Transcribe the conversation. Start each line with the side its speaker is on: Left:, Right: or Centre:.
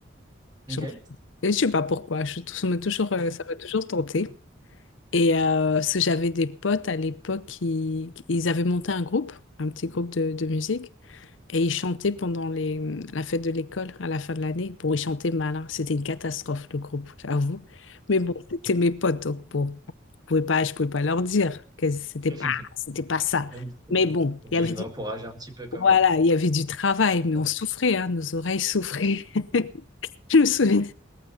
Left: J'en-
Right: Ok.
Left: Et je sais pas pourquoi. Je, ça m'a toujours, euh, ça m'a toujours tenté. Et euh, parce que j'avais des potes à l'époque qui, qui- ils avaient monté un groupe, un petit groupe de, de musique, et ils chantaient pendant les, la fête de l'école à la fin de l'année. Bon, ils chantaient mal, hein. C'était une catastrophe le groupe, j'avoue. Mais bon, c'était mes potes, donc bon, je pouvais pas, je pouvais pas leur dire que c'était
Right: <laughs>
Left: pas, c'était pas ça.
Right: Donc,
Left: Mais bon,
Right: Obligé
Left: il y avait Ouais.
Right: d'encourager
Left: du,
Right: un petit peu quand
Left: voilà,
Right: même.
Left: il y avait du travail, mais
Right: Ça
Left: on
Right: va.
Left: souffrait, hein, nos oreilles souffraient. <laughs> Je me souviens.